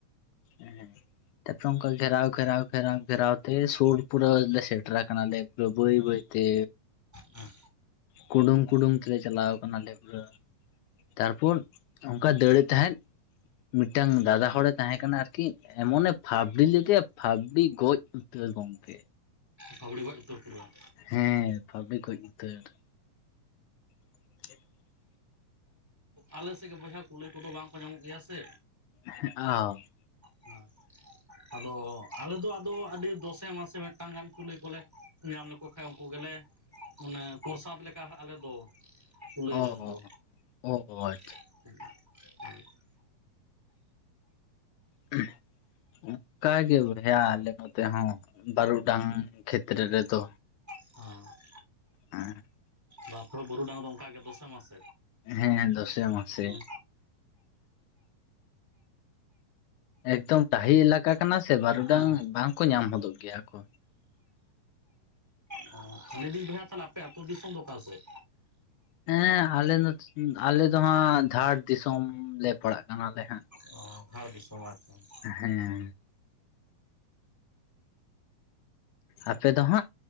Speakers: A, on the left (about 80°); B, in the centre.
A: ᱦᱮᱸ ᱛᱟᱯᱚᱨᱮ ᱚᱫᱠᱟ ᱜᱷᱮᱨᱟᱣ ᱜᱷᱮᱨᱟᱣ ᱜᱷᱮᱨᱟᱣ ᱜᱷᱮᱨᱟᱣ ᱛᱮ ᱥᱩᱨ ᱯᱩᱨᱟᱹ ᱞᱮ ᱥᱮᱴᱮᱨ ᱟᱠᱟᱱᱟ ᱞᱮ ᱯᱩᱨᱟᱹ ᱵᱟᱹᱭ ᱵᱟᱹᱭ ᱛᱮ
B: ᱦᱮᱸ
A: ᱠᱩᱰᱩᱝ ᱠᱩᱰᱩᱝ ᱛᱮᱞᱮ ᱪᱟᱞᱟᱣ ᱟᱠᱟᱱᱟ ᱞᱮ ᱯᱩᱨᱟᱹ ᱛᱟᱨᱯᱚᱨ ᱚᱝᱠᱟ ᱫᱟᱹᱲᱮᱜ ᱛᱟᱦᱮᱸᱫ ᱢᱤᱫᱴᱟᱝ ᱫᱟᱫᱟ ᱦᱚᱲᱮ ᱛᱟᱦᱮᱸ ᱠᱟᱱᱟ ᱟᱨ ᱠᱤ ᱮᱢᱚᱱᱮ ᱯᱷᱟᱵᱽᱲᱤ ᱞᱮᱫᱮᱭᱟ ᱯᱷᱟᱵᱽᱲᱤ ᱜᱚᱡ ᱩᱛᱟᱹᱨ ᱾ ᱜᱚᱝᱠᱮ
B: ᱯᱷᱟᱹᱵᱽᱲᱤ ᱜᱚᱡ ᱩᱛᱟᱹᱨ ᱯᱩᱨᱟᱹ
A: ᱦᱮᱸ ᱯᱷᱟᱵᱽᱲᱤ ᱜᱚᱡ ᱩᱛᱟᱹᱨ᱾ <inaudible>
B: ᱟᱞᱮᱥᱮᱜ ᱜᱮ ᱵᱚᱭᱦᱟ ᱠᱩᱞᱟᱹᱭ ᱠᱚᱫᱚ ᱵᱟᱝ ᱠᱚ ᱧᱟᱢᱚᱜ ᱜᱮᱭᱟ ᱥᱮ
A: ᱦᱮᱜ ᱟᱣ <unintelligible>
B: ᱦᱮᱸ ᱟᱫᱚ ᱟᱞᱮ ᱫᱚ ᱟᱫᱚ ᱟᱹᱰᱤ ᱫᱚᱥᱮ ᱢᱟᱥᱮ ᱢᱤᱜᱴᱟᱝ ᱜᱟᱱ ᱠᱩᱞᱟᱹᱭ ᱠᱚᱞᱮ ᱧᱟᱢ ᱞᱮᱠᱚ ᱠᱷᱟᱡ ᱩᱱᱠᱩ ᱜᱮᱞᱮ ᱢᱟᱱᱮ ᱯᱨᱚᱥᱟᱫ ᱞᱮᱠᱟ ᱟᱞᱮ ᱫᱚ ᱠᱩᱞᱟᱹᱭ
A: ᱚ
B: ᱡᱚᱢ ᱫᱚ᱾
A: ᱚ ᱦᱳᱭ,
B: <unintelligible> <unintelligible>
A: <unintelligible> <unintelligible> ᱚᱝᱠᱟ ᱜᱮ ᱵᱚᱭᱦᱟ ᱟᱞᱮ ᱱᱚᱛᱮ ᱦᱚᱸ, ᱵᱟᱹᱨᱩᱰᱟᱝ ᱠᱷᱮᱛᱛᱨᱮ ᱨᱮᱫᱚ᱾
B: <unintelligible> <unintelligible>
A: <unintelligible> <unintelligible>
B: ᱵᱟᱯᱨᱩ ᱵᱩᱨᱩᱰᱟᱝ ᱫᱚ, ᱚᱝᱠᱟ ᱜᱮ ᱫᱚᱥᱮ ᱢᱟᱥᱮ᱾
A: ᱦᱮᱸ ᱫᱚᱥᱮ ᱢᱟᱥᱮ᱾
B: ᱦᱮᱸ
A: ᱮᱠᱫᱚᱢ ᱰᱟᱦᱤ ᱮᱞᱟᱠᱟ ᱠᱟᱱᱟ ᱥᱮ, ᱵᱟᱨᱩᱰᱟᱝ
B: ᱦᱮᱸ
A: ᱵᱟᱝ ᱠᱚ ᱧᱟᱢ ᱦᱚᱫᱚᱜ ᱜᱮᱭᱟ ᱠᱚ᱾
B: ᱦᱚᱸ, ᱦᱚᱸ, ᱞᱟᱹᱭ ᱫᱤᱧ ᱵᱚᱭᱦᱟ ᱛᱟᱦᱚᱞᱮ ᱟᱯᱮ ᱟᱹᱛᱳ ᱫᱤᱥᱚᱢ ᱫᱚ ᱚᱠᱟ ᱥᱮᱫ?
A: ᱦᱮᱸ ᱟᱞᱮ ᱱᱚ ᱟᱞᱮ ᱫᱚ ᱦᱟᱸᱜ, ᱫᱷᱟᱲ ᱫᱤᱥᱚᱢ ᱞᱮ ᱯᱟᱲᱟᱜ ᱠᱟᱱᱟ, ᱞᱮ ᱦᱟᱸᱜ᱾
B: ᱚ ᱫᱷᱟᱲ ᱫᱤᱥᱚᱢ ᱟᱪᱪᱷᱟ, ᱟᱪᱪᱷᱟ᱾
A: ᱦᱮᱸ ᱟᱯᱮ ᱫᱚ ᱦᱟᱸᱜ?